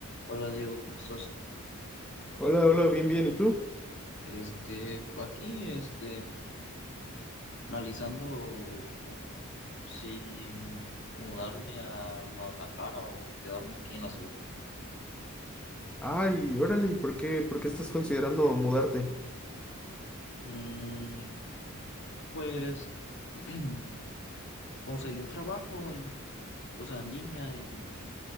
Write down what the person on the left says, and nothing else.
Hola Diego, ¿cómo estás?
Este, pues aquí, este, analizando si mudarme a Guadalajara o quedarme aquí en la ciudad.
Mm, pues <clears throat> conseguí un trabajo y, o sea, en línea y